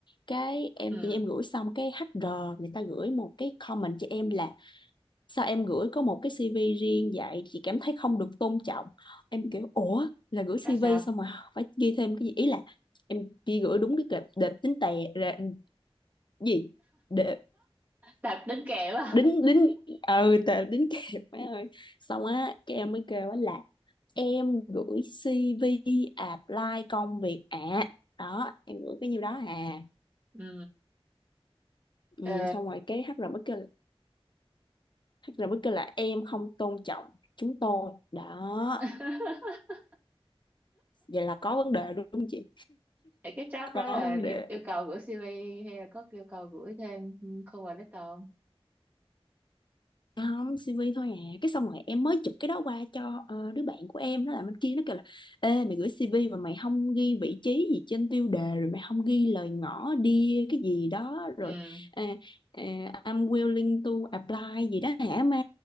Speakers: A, on the left (about 50°); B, on the right (about 20°).
A: cái em
B: ừ
A: tự nhiên em gửi xong cái HR người ta gửi một cái comment cho em là sao em gửi có một cái CV riêng vậy chị cảm thấy không được tôn trọng em kiểu ủa là gửi CV
B: là sao
A: xong mà phải ghi thêm cái gì ý là em chỉ gửi đúng cái kệp đẹp tính tè ra gì để
B: đạp đính kèm à
A: đính đính ừ tao đính kẹp má ơi xong á cái em mới kêu á là em gửi CV apply công việc ạ đó em gửi cái nhiêu đó à
B: ừ
A: ừ,
B: Ờ,
A: xong rồi cái HR mới kêu HR mới kêu là em không tôn trọng chúng tôi đó
B: <laughs>
A: vậy là có vấn đề đúng không chị
B: Vậy cái job
A: có
B: đó là
A: vấn
B: yêu,
A: đề
B: yêu cầu gửi CV hay là có yêu cầu gửi thêm cover letter không
A: Dạ không CV thôi à cái xong rồi em mới chụp cái đó qua cho ờ, đứa bạn của em nó làm bên kia nó kêu là ê mày gửi CV mà mày không ghi vị trí gì trên tiêu đề rồi mày không ghi lời ngỏ đi cái gì đó rồi
B: ừ
A: à, à, I'm willing to apply gì đó hả má